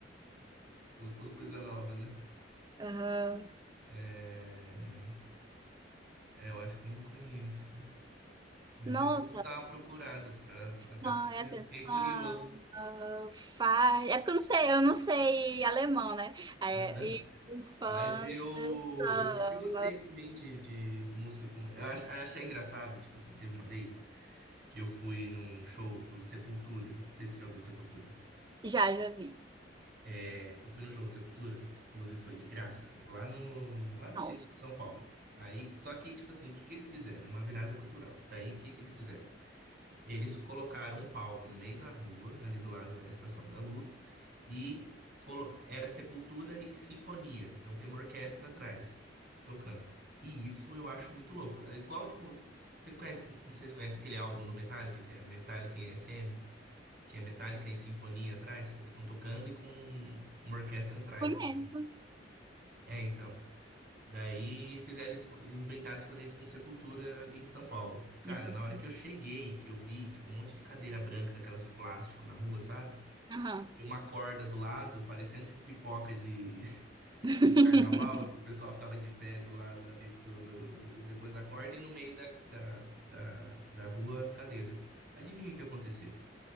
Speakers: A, on the right; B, on the right.
A: como se fosse coisa nova, né?
B: Aham.
A: É, é, eu acho que eu não conheço. Conheço.
B: Nossa,
A: Depois eu vou dar uma procurada, pra,
B: são
A: até porque
B: é assim,
A: fiquei
B: Sun,
A: curioso.
B: faz É porque eu não sei, eu não sei alemão, né? É,
A: Aham.
B: e Fun,
A: Mas eu,
B: Sun.
A: eu sempre gostei também de, de música com. Eu ach, achei engraçado, tipo assim, teve uma vez que eu fui num show do Sepultura. Não sei se você já ouviu Sepultura.
B: Já, já vi.
A: É, eu fui no show do Sepultura, que inclusive foi de graça, lá no, lá no
B: Não,
A: centro de São Paulo. Aí, só que, tipo assim, o que que eles fizeram? Uma virada cultural. Daí, o que que eles fizeram? Eles colocaram um palco no meio da rua, ali do lado da Estação da Luz, e colo- era sepultura e sinfonia. Então tem uma orquestra atrás, tocando. E isso eu acho muito louco. É igual, tipo, você conhece, não sei se conhece aquele álbum do Metallica, que é Metallica em SM, que é Metallica em sinfonia atrás, tipo, eles estão tocando e com uma orquestra atrás
B: conheço.
A: também. É, então. Daí fizeram isso, com- inventaram de fazer isso com Sepultura ali em São Paulo. Cara,
B: Deve ter
A: na
B: ficado.
A: hora que eu cheguei, que eu vi, tipo, um monte de cadeira branca, daquelas de plástico na rua, sabe?
B: Aham.
A: E uma corda do lado, parecendo tipo pipoca de <laughs>
B: <laughs>
A: carnaval, que o pessoal ficava de pé do lado da, pip- do, do- do- depois da corda e no meio da, da, da, da rua as cadeiras. Adivinha o que aconteceu?